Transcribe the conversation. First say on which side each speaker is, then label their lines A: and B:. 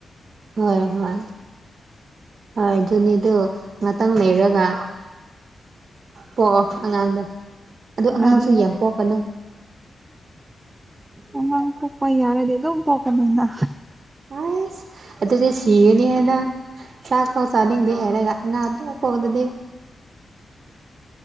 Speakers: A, on the right; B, on the right.
A: ꯍꯣꯏ ꯍꯣꯏ ꯍꯣꯏ ꯑꯗꯨꯅꯤꯗꯨ ꯉꯥꯛꯇꯪ ꯂꯩꯔꯒ ꯄꯣꯛꯑꯣ ꯑꯉꯥꯡꯗꯣ ꯑꯗꯨꯗ ꯑꯉꯥꯡꯁꯨ
B: ꯑꯥ
A: ꯌꯥꯝ ꯄꯣꯛꯀꯅꯨ
B: ꯑꯉꯥꯡ ꯄꯣꯛꯄ ꯌꯥꯔꯗꯤ ꯑꯗꯨꯝ ꯄꯣꯛꯀꯅꯤꯅ
A: ꯑꯥꯏꯁ ꯑꯗꯨꯗꯤ ꯁꯤꯒꯅꯤ ꯍꯥꯏꯅ ꯆꯥꯛꯐꯥꯎ ꯆꯥꯅꯤꯡꯗꯦ ꯍꯥꯏꯔꯒ ꯑꯉꯥꯡ ꯑꯗꯨ ꯄꯣꯛꯂꯗꯤ